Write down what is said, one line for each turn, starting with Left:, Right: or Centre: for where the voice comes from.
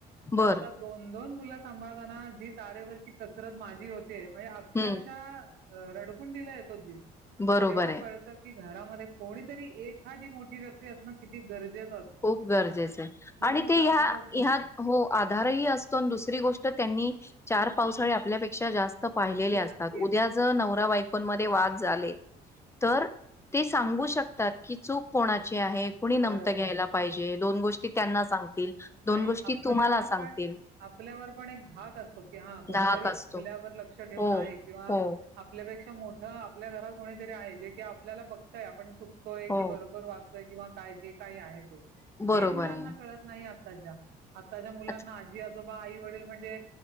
Left: बर
Right: तर आता दोन दोन मुलं सांभाळ जी तारेवरची कसरत माझी होते म्हणजे अक्षरशः
Left: हम्म
Right: रडकूंडीला दिला येतो जीव
Left: बरोबर
Right: तेव्हा
Left: आहे
Right: कळत की घरामध्ये कोणीतरी एखादी मोठी व्यक्ती असणं किती गरजेचं असतं.
Left: खूप गरजेचं आहे
Right: खूप
Left: आणि
Right: मोठा
Left: ते ह्या
Right: आधार असतो
Left: ह्या
Right: तो.
Left: हो आधारही असतो दुसरी गोष्ट त्यांनी चार पावसाळे आपल्यापैकी जास्त पाहिलेली
Right: नक्की,
Left: असतात
Right: नक्कीच.
Left: उद्या जर नवरा बायकोमध्ये वाद झाले तर ते सांगू शकतात की चूक कोणाची आहे कुणी नमतं
Right: बरोबर.
Left: घ्यायला दोन गोष्टी त्यांना सांगतील दोन
Right: आणि
Left: गोष्टी
Right: आपल्यावर
Left: तुम्हाला सांगतील
Right: पण आपल्यावर पण एक धाक असतो की हा कोणीतरी
Left: धाक असतो.
Right: आपल्यावर लक्ष ठेवून
Left: हो,
Right: आहे किंवा
Left: हो,
Right: आपल्या मोठ आपल्या घरात कोणीतरी आहे जे की आपल्याला बघतय आपण चुकतोय
Left: हो,
Right: की बरोबर वाचतो किंवा काय तेे काही आहे ते
Left: बरोबर
Right: हे मुलांना
Left: आहे.
Right: कळत नाही आत्ताच्या आत्ताच्या मुलांना
Left: अच
Right: आजी आजोबा आई वडील म्हणजे